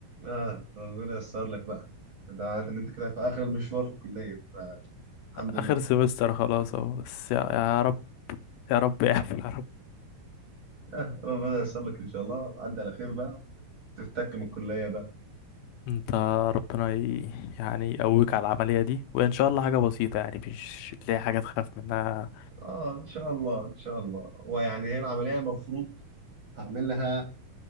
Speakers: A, on the right (about 45°); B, on the left (about 85°).
A: اه ربنا ييسر لك بقى ده معناته ان انت كده في اخر المشوار في الكليه فالحمد
B: آخر
A: لله
B: سمستر خلاص أهو بس يا, يا رب يا رب اقفل يا رب
A: آه ربنا ييسر لك ان شاء الله عدى على خير بقى تفتك من الكليه بقى
B: انت ربنا ي... يعني يقويك على العملية دي وإن شاء الله حاجة بسيطة يعني مش تلاقي حاجة تخاف منها
A: اه ان شاء الله ان شاء الله ويعني هي العمليه المفروض هعمل لها